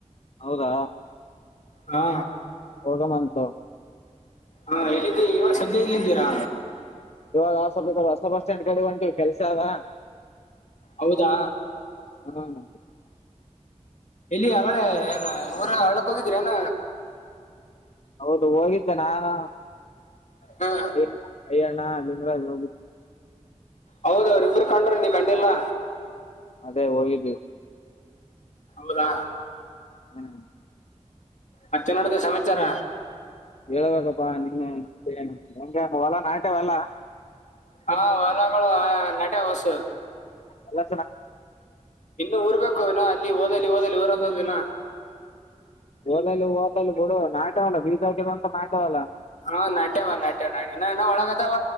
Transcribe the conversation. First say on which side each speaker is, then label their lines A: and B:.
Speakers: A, on the left; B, on the left.
A: ಹೌದಾ
B: ಹಾ
A: ಓದ ಮಾಸ
B: ಹಾ ಎಲ್ಲಿದ್ದೀ ಇವಾಗ ಸದ್ಯ ಎಲ್ಲಿದ್ದೀರಾ
A: ಇವಾಗ ಹೊಸ ಬಸ್ ಸ್ಟ್ಯಾಂಡ್ ಕಡೆ ಉಂಟುವಿ ಕೆಲ್ಸ ಆದದ
B: ಹೌದಾ
A: ಹ್ಮ್
B: ಇಲ್ಲಿ ಅವಳೆ ಏ ಊರ ಅವಳಕ್ ಹೋಗಿದ್ರ ಏನ
A: ಹೌದು ಹೋಗಿದ್ದೆ ನಾನು
B: ಹಾ
A: ಏನು ಹರಿಯಾಣ ಮಜರಾಜ್ ನ
B: ಹೌದ ಅವ್ರ ಇಬರು ಕಂಡ್ರ ನೀ ಕಂಡಿಲ್ಲಾ
A: ಅದೇ ಹೋಗಿದ್ವಿ
B: ಹೌದಾ
A: ಹ್ಮ್
B: ಮತ್ತೆ ನೋಡ್ದ ಸಮಾಚಾರ
A: ಹೇಳ್ಬೇಕಪ್ಪ ನಿನ್ನೆ ಹೆಂಗಂಗ ಹೊಲಾ ನಾಟೆ ಹೊಲಾ
B: ಹಾ ಹೊಲಗಳು ನಟೆ ಹೊಸು
A: ಅಲ್ಲ
B: ಇನ್ನು ಊರ್ಬೇಕು ವಿನೋ ಅಂನ್ ಲ್ಲಿ ಓದಲಿ ಓದಲಿ ರೋದ ದಿನ
A: ಓದಲ್ಲಿ ಓದ ಬಿಡ ನಾಟವಲ್ಲ ಬೀಜಿ ಅಂತ ನಾಟವಲ್ಲ
B: ಹಾ ನಾಟ್ಯವ ನಾಟ್ಯ ನಾಡಿ ಇನ್ನ ಇನ ಒಳಗದಾವ